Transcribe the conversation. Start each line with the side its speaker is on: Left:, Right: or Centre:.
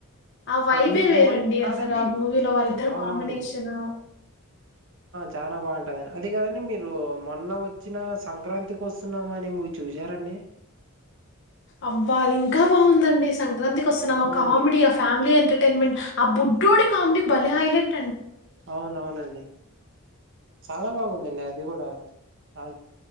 Left: ఆ వైబే
Right: మీకు
Left: వేరండి
Right: మొన్ కాదండి
Left: అసలు ఆ మూవీలో వాళ్ళిద్దరు
Right: అవునవునండి
Left: కాంబినేషను
Right: చానా బావుంటదిగా అది కాదండి మీరు మొన్న వచ్ వచ్చిన సంక్రాంతికి వస్తున్నాం అనే మూవీ చూసారండి
Left: అబ్బా అది ఇంకా బాగుందండి సంక్రాంతికి వస్తున్న
Right: అవునండి
Left: కామెడి ఆ ఫ్యామిలీ ఎంటర్ న్మెట్ ఆ బుడ్డోడి కామెడీ భలే హైలెట్
Right: అవునవునండి చాలా బాగుందండి అది గుడా ఆ